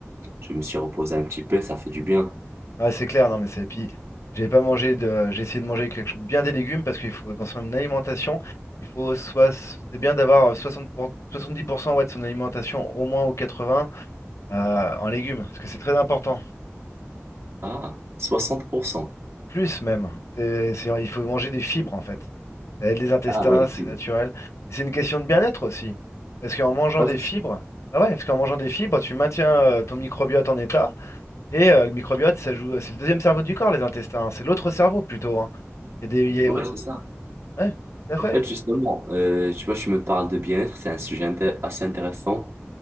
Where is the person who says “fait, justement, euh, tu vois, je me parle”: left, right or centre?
Right